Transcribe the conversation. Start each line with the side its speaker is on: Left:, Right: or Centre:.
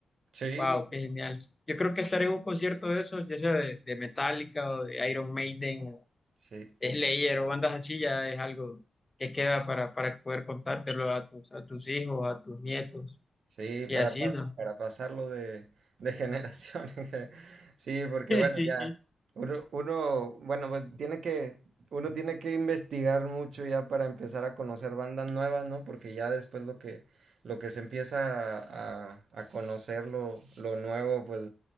Right: sí,
Left: Wow, qué genial. Yo creo que estar en un concierto de esos, ya sea de, de Metallica o de Iron Maiden, o
Right: sí.
Left: Slayer o bandas así, ya es algo que queda para, para poder contártelo a tus, a tus hijos, a tus nietos
Right: Sí,
Left: y
Right: para,
Left: así,
Right: pa-
Left: ¿no?
Right: para
Left: <laughs>
Right: pasarlo de, de generación. <laughs> en ge- Sí, porque bueno,
Left: Sí,
Right: ya uno, uno, bueno, pues tiene que, uno tiene que investigar mucho ya para empezar a conocer bandas nuevas, ¿no? Porque ya después lo que, lo que se empieza a, a, a conocer lo, lo nuevo, pues